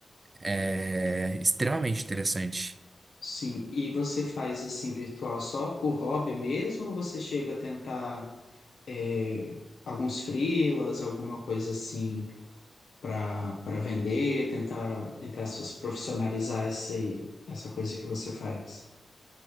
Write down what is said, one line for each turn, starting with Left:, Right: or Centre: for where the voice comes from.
Right: É extremamente interessante.
Left: Sim. E você faz assim virtual só por hobby mesmo ou você chega a tentar é, alguns freelas, alguma coisa assim para para vender, tentar entre aspas profissionalizar isso aí, essa coisa que você faz?